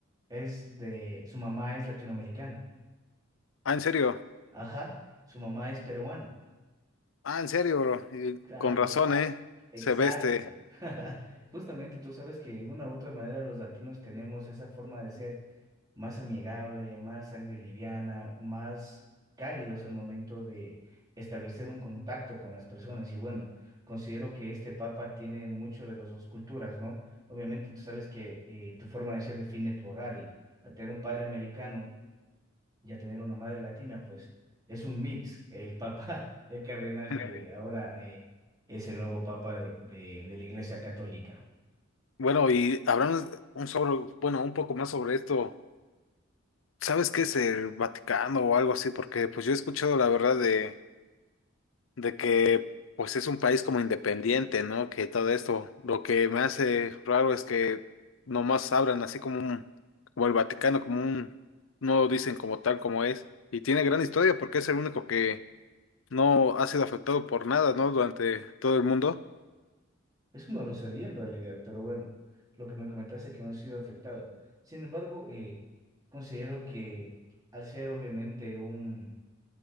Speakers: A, on the right; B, on the left.
A: Es de, su mamá es latinoamericana.
B: Ah, en serio.
A: Ajá, su mamá es peruana.
B: Ah, en serio, bro. Y
A: Claro,
B: con razón, ¿eh?
A: Exacto.
B: Se ve este.
A: <laughs> Justamente tú sabes que de una u otra manera los latinos tenemos esa forma de ser más amigable, más sangre liviana, más cálidos al momento de establecer un contacto con las personas. Y bueno, considero que este papa tiene mucho de las dos culturas, ¿no? Obviamente tú sabes que eh, tu forma de ser define tu hogar y al tener un padre americano y a tener una madre latina, pues es un mix. El papa, <laughs> el cardenal
B: <laughs>
A: que ahora eh, es el nuevo papa de, de- de la Iglesia Católica.
B: Bueno, y hablamos un sobre, bueno, un poco más sobre esto. ¿Sabes qué es el Vaticano o algo así? Porque pues yo he escuchado la verdad de, de que pues es un país como independiente, ¿no? Que todo esto, lo que me hace raro es que nomás abran así como un, como el Vaticano, como un, no lo dicen como tal como es. Y tiene gran historia porque es el único que no ha sido afectado por nada, ¿no? Durante todo el mundo.
A: Eso no lo sabía en realidad, pero bueno, lo que me comentaste es que no ha sido afectado. Sin embargo, eh, considero que al ser obviamente un,